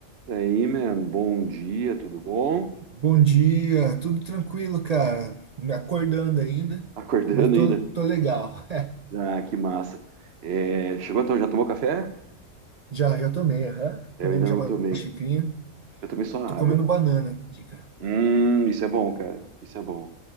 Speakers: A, on the right; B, on the right.
A: E aí, man, bom dia, tudo bom?
B: Bom dia, tudo tranquilo, cara. Me acordando ainda,
A: <laughs> Acordando
B: mas tô,
A: ainda?
B: tô legal.
A: Ah, que massa. É, chegou então, já tomou café?
B: <laughs> Já, já tomei, aham. Tomei
A: Eu ainda
B: já
A: não
B: uma
A: tomei.
B: xicrinha.
A: Eu tomei só
B: Tô
A: água.
B: comendo banana aqui, cara.
A: Hum, isso é bom, cara. Isso é bom.